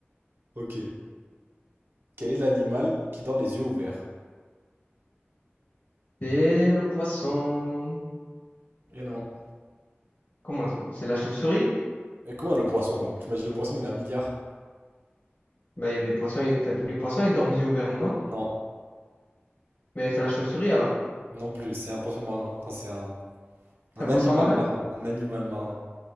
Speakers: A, on the right; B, on the left.
A: Ok. Quel est l'animal qui dort les yeux ouverts?
B: C'est le poisson.
A: Et non.
B: Comment c'est pas- c'est la chauve-souris?
A: Mais comment le poisson? Tu m'as dit le poisson, il a un milliard?
B: Bah, il y a des poissons, ils- enfin, tous les poissons, ils dorment yeux ouverts, non?
A: Non,
B: Mais c'est la chauve-souris alors.
A: non plus, c'est un poisson marin. Enfin, c'est un,
B: C'est
A: un
B: un poisson
A: animal
B: marin?
A: marin. Un animal marin.